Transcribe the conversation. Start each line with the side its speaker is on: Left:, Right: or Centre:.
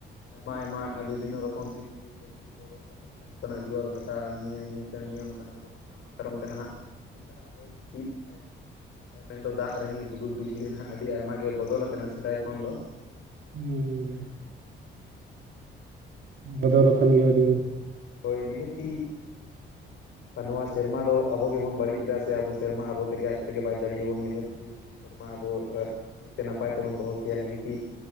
Left: ᱟᱭᱢᱟ ᱟᱭᱢᱟ ᱵᱤᱵᱷᱤᱱᱱᱚ ᱨᱚᱠᱚᱢ ᱯᱷᱮᱠᱴᱨᱤ ᱯᱷᱮᱠᱴᱨᱤ ᱠᱚ᱾ ᱚᱰᱳᱠ ᱠᱟᱛᱮᱫ ᱥᱮ ᱚᱱᱠᱟᱱᱟᱜ ᱡᱩᱣᱟᱨ ᱵᱷᱟᱴᱟ ᱮᱢᱱᱤ ᱛᱮᱢᱱᱤ ᱚᱱᱠᱟᱱᱟᱜ ᱚᱰᱳᱠ ᱠᱟᱱᱟ ᱚᱱᱟ ᱠᱟᱨᱚᱱ ᱛᱮ ᱱᱟᱦᱟᱜ᱾ ᱱᱮᱛᱟᱨᱟᱜ ᱦᱚᱭ ᱦᱤᱸᱥᱤᱫ ᱮ ᱢᱮᱱᱫᱚ ᱫᱟᱜ ᱨᱤᱢᱤᱞ ᱦᱩᱰᱩᱨ ᱵᱤᱡᱽᱞᱤ ᱨᱮᱦᱟᱜ ᱟᱹᱰᱤ ᱟᱭᱢᱟ ᱜᱮ ᱵᱚᱫᱚᱞ ᱟᱠᱟᱱᱟ ᱥᱮᱫᱟᱭ ᱠᱷᱚᱱ ᱫᱚ᱾
Right: ᱦᱩᱸ
Left: ᱦᱮᱸ
Right: ᱵᱚᱫᱚᱞ ᱟᱠᱟᱱ ᱜᱮᱭᱟ ᱟᱹᱰᱤ ᱜᱮ᱾
Left: ᱦᱳᱭ ᱱᱤᱦᱟᱹᱛᱤ
Right: ᱦ
Left: ᱟᱨ ᱱᱚᱣᱟ ᱥᱮᱨᱢᱟ ᱫᱚ ᱟᱵᱚ ᱜᱮᱵᱚᱱ ᱵᱟᱹᱲᱤᱡ ᱮᱫᱟ ᱥᱮ ᱟᱵᱚ ᱥᱮᱨᱢᱟ ᱟᱵᱚ ᱛᱮᱜᱮ ᱟᱡ ᱛᱮᱜᱮ ᱵᱟᱭ ᱡᱟᱹᱲᱤᱭᱟ ᱟᱵᱚᱱ ᱱᱤᱦᱟᱹᱛᱤ᱾ ᱥᱮᱨᱢᱟ ᱟᱵᱚ ᱱᱟᱭᱛᱮ ᱱᱟᱯᱟᱭ ᱛᱮᱵᱚᱱ ᱫᱚᱦᱚ ᱠᱮᱭᱟ ᱱᱤᱦᱟᱹᱛᱤ